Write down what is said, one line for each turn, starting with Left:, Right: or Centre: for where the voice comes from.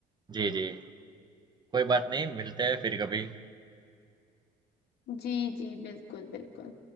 Right: जी जी कोई बात नहीं मिलते हैं फिर कभी
Left: जी जी बिल्कुल बिल्कुल